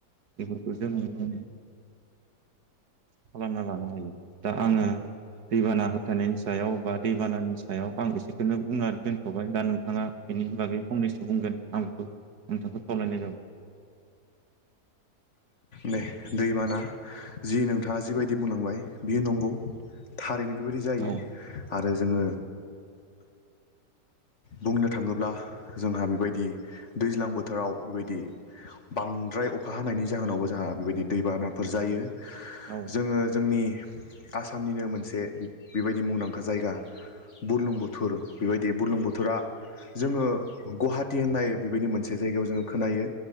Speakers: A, on the right; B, on the left.
A: बेफोरबो जोंनि मावनो खालामना लानो हायो। दा आङो दैबाना होबथनायनि सायाव बा दैबानानि सायाव आं एसेखौनो बुंना दोनथ'बाय दा नोंथाङा बेनि बागै फंनैसो बुंगोन आं बेखौ नोंथांखौ खावलायनाय जाबाय।
B: दे दैबाना जि नोंथाङा जिबायदि बुंलांबाय बियो नंगौ थारैनो बायदि जायो
A: औ
B: आरो जोङो बुंनो थाङोब्ला जोंहा बेबायदि दैज्लां बोथोराव बेबायदि बांद्राय अखा हानायनि जाहोनावबो जोंहा बेबायदि दैबानाफोर जायो।
A: औ
B: जोङो जोंनि आसामनिनो मोनसे बेबायदि मुंदांखा जायगा बुरलुंबुथुर बेबायदि बुरलुंबु फोरा जोङो गुहाटी होननाय बेबायदि मोनसे जायगायाव जोङो खोनायो